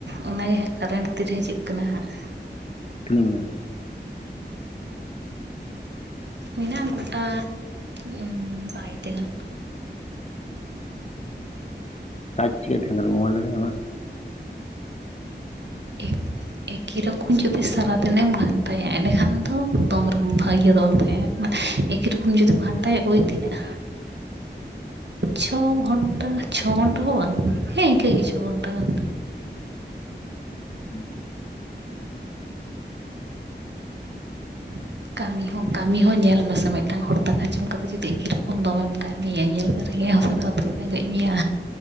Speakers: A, on the right (about 70°); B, on the left (about 35°).
A: ᱚᱱᱟᱜᱮ ᱦᱟᱸᱜ ᱠᱟᱨᱮᱱᱴ ᱛᱤᱨᱮ ᱦᱤᱡᱩᱜ ᱠᱟᱱᱟ ᱦᱟᱸᱜ
B: ᱛᱤᱱᱟᱜ ᱢᱮᱱᱟᱜᱼᱟ
A: ᱢᱮᱱᱟᱜᱼᱟ ᱜᱚᱴᱟ ᱩᱸ ᱥᱟᱭ ᱴᱤ ᱜᱟᱱ
B: <unintelligible> ᱢᱳᱵᱟᱭᱤᱞ ᱨᱮ ᱟᱢᱟᱜ
A: ᱮ ᱮᱠᱤ ᱨᱚᱠᱚᱢ ᱡᱩᱫᱤ ᱥᱟᱨᱟᱫᱤᱱᱮᱢ ᱜᱷᱟᱱᱴᱟᱭᱟ ᱮᱸᱰᱮᱠᱷᱟᱱ ᱫᱚ ᱫᱚᱢ ᱵᱷᱟᱹᱜᱮ ᱫᱚ ᱵᱟᱝ ᱛᱟᱦᱮᱸᱱᱟ ᱮᱠᱤ ᱨᱚᱠᱚᱢ ᱡᱩᱫᱤᱢ ᱜᱷᱟᱱᱴᱟᱭᱟ ᱳᱭ ᱛᱤᱱᱟᱹᱜ ᱪᱷᱚ ᱜᱷᱚᱱᱴᱟ ᱪᱷᱚ ᱜᱷᱚᱱᱴᱟ ᱦᱚᱸ ᱵᱟᱝ ᱦᱮᱸ ᱤᱱᱠᱟᱹ ᱜᱮ ᱪᱷᱚ ᱜᱷᱚᱱᱴᱟ ᱜᱟᱱ
B: ᱦᱩᱸ
A: <inaudible> ᱠᱟᱹᱢᱤ ᱦᱚᱸ ᱠᱟᱹᱢᱤ ᱦᱚᱸ ᱧᱮᱞ ᱢᱮᱥᱮ ᱢᱤᱫᱴᱟᱝ ᱦᱚᱲ ᱫᱟᱠᱟ ᱡᱚᱢ ᱠᱟᱛᱮ ᱡᱩᱫᱤ ᱮᱠᱤ ᱨᱚᱠᱚᱢ ᱫᱚᱢᱮᱢ ᱠᱟᱹᱢᱤᱭᱟ ᱧᱮᱞ ᱢᱮ ᱨᱮᱸᱜᱮᱡ ᱦᱚᱸ ᱥᱮ ᱨᱮᱸᱜᱮᱡ ᱢᱮᱭᱟ